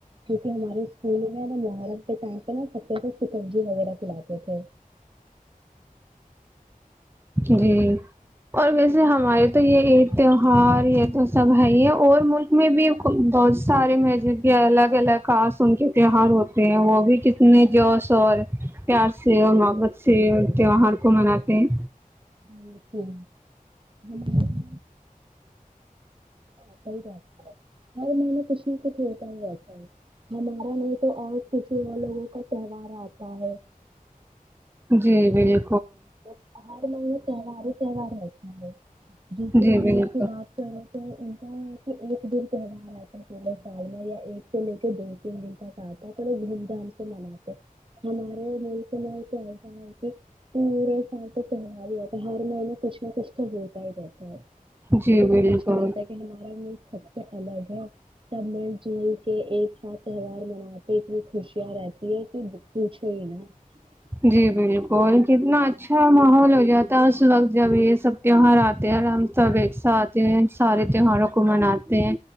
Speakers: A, on the right (about 35°); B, on the right (about 15°).
A: کیونکہ ہمارے اسکول میں نا مہارت کے ٹائم پہ نا سب نجی وغیرہ چلااتے تھے
B: جی اور ویسے
A: بہت
B: ہمارے
A: اچھا
B: تو یہ
A: لگتا
B: عید
A: تھا
B: تہوہار یہ تو سب ہے یہ اور ملک میں بھی بہت سارے مذب کے الگ الگ خاص ان کے تیوار ہوتے ہیں وہ بھی کتنے جوش اور پیار سے اور محبت سے تیوہار کو مناتے ہیں
A: ار ایسا ہر مہ آتا ہی رہتا ہے ہر مہین کچھ نہ کچھ ہوتا ہی رہتا ہے ہمارا نہیں تو اور کچھ ص وہ لوگوں کا تہوار آتا ہے
B: جی بال
A: تو بہر مگ تہوار ہی تہوار ہے اچ دوسرے
B: جی بالکل
A: مئی کی بات کرو تو ان کا کہ ایک دن تہوار آتا پورےڑ میں یا ایک سے لے کے دو تین دن تک آتا ہے پڑ دھوم دھام سے مناتے ہمارے مل کے مل سے ایسا ہے کہ اور ہاں تو تہار ہی آ تھا ہر مہینے کچھ نہ کچھ تو ہوت ہی رہتا ہے
B: جی
A: تو کتنا
B: بالکل
A: اچھا لگتا ہے کہ ہمارا ملک سب سے الگ ہے تم جو <inaudible> ایک ساتھ تہوار مناتے اتنی خوشیاں رہتی <unintelligible> یہ تو پوچھوئی نا <unintelligible>
B: جی بالکل کتنا اچھا ماحول ہو جاتا ہے اس وقت جب یہ سب تیوہار آتے ہیں آرام سے اب ایک ساتھ آتے ہیں سارے تیوہاروں کو مناتے ہیں